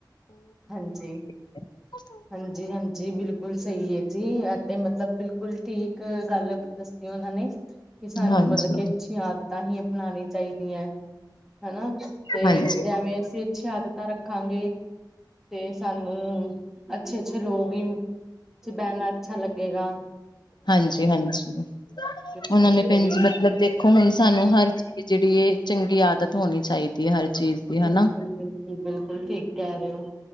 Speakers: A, in the centre; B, on the left (about 70°).
A: ਹਾਂਜੀ।
B: <inaudible>
A: ਹਾਂਜੀ ਹਾਂਜੀ ਬਿਲਕੁਲ ਸਹੀ ਏ ਜੀ ਐ ਤੇ ਮਤਲਬ ਬਿਲਕੁਲ ਠੀਕ ਗੱਲ। ਉਹਨਾਂ ਨੇ ਕਿ ਸਾਨੂੰ
B: ਹਾਂਜੀ।
A: ਮਤਲਬ ਕਿ ਅੱਛੀਆਂ ਆਦਤਾਂ ਈ ਅਪਣਾਣੀਆਂ ਚਾਹੀਦੀਆਂ। ਹਨਾ ਤੇ
B: ਹਾਂਜੀ,
A: ਜਿਵੇਂ ਅਸੀਂ ਅੱਛੀਆਂ ਆਂਦਤਾ ਰੱਖਾਂਗੇ। ਤੇ ਸਾਨੂੰ ਅੱਛੇ ਅੱਛੇ ਲੋਕ ਹੀ ਚ ਬਹਿਣਾ ਅੱਛਾ ਲੱਗੇਗਾ।
B: ਹਾਂਜੀ-ਹਾਂਜੀ
A: ਬਿਲਕੁਲ
B: ਉਹਨਾਂ ਨੇ
A: ਸਹੀ
B: ਭੈਣ ਜੀ ਮਤਲਬ ਦੇਖੋ ਹੁਣ ਸਾਨੂੰ ਹਰ। ਕਿ ਜਿਹੜੀ ਇਹ ਚੰਗੀ ਆਦਤ ਹੋਣੀ ਚਾਹੀਦੀ ਐ ਹਰ ਚੀਜ਼। ਦੀ ਹਨਾ।
A: ਬਿਲਕੁਲ-ਬਿਲਕੁਲ-ਬਿਲਕੁਲ ਠੀਕ ਕਹਿ ਰੇ ਔ।